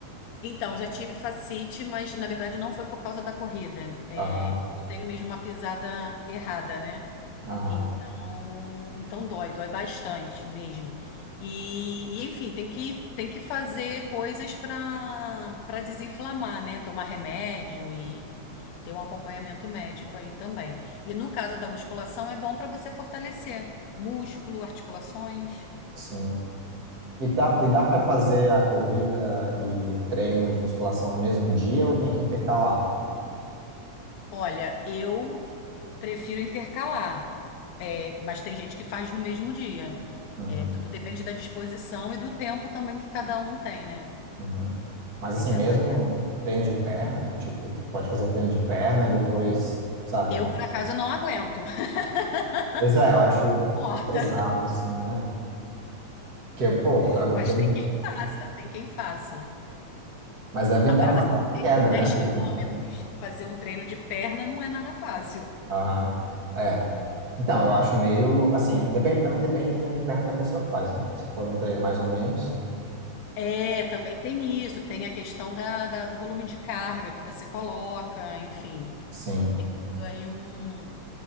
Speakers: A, on the left; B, on the right.
A: Então, já tive facite, mas na verdade não foi por causa da corrida. É,
B: Aham,
A: eu tenho mesmo uma pisada errada, né?
B: aham,
A: Então, então dói, dói bastante mesmo. E, e, enfim, tem que, tem que fazer coisas para para desinflamar, né? Tomar remédio e ter um acompanhamento médico aí também. E no caso da musculação, é bom para você fortalecer músculo, articulações.
B: sim. E, tá, e dá para fazer a corrida e o treino de musculação no mesmo dia ou tem que intercalar?
A: Olha, eu prefiro intercalar, é, mas tem gente que faz no mesmo dia.
B: Uhum,
A: É, tudo depende da disposição e do tempo também que cada um tem, né?
B: uhum. Mas assim,
A: Tem que
B: mesmo
A: avaliar.
B: treino de perna, tipo, tu pode fazer treino de perna e depois, sabe?
A: Eu, por acaso, não aguento. <laughs>
B: Pois é, eu acho
A: Eu fico morta.
B: meio pesado, assim, né? Porque, pô,
A: <laughs>
B: o
A: Mas
B: treino.
A: tem quem faça, tem quem faça.
B: Mas deve
A: Agora,
B: dar uma
A: você correr,
B: queda,
A: tipo, 10
B: né, do
A: quilômetros,
B: desempenho.
A: fazer um treino de perna não é nada fácil.
B: Aham. É. Então, eu acho meio, assim, depende, também depende do treino de perna que a pessoa faz, né? Se for um treino mais ou menos,
A: É, também tem isso. Tem a questão da, da- do volume de carga que você coloca, enfim.
B: sim.
A: Tem tudo aí um,